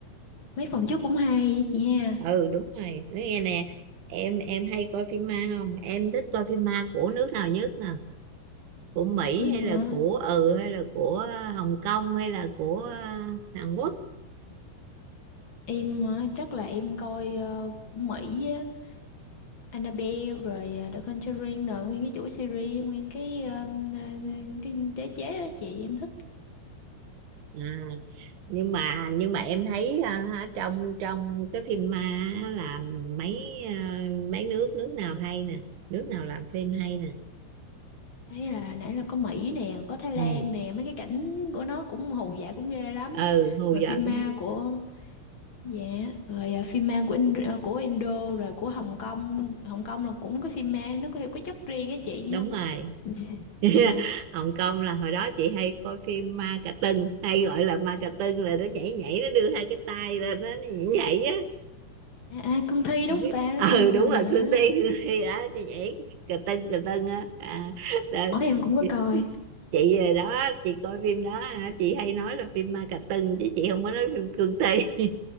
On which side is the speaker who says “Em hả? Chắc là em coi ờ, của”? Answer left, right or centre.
Left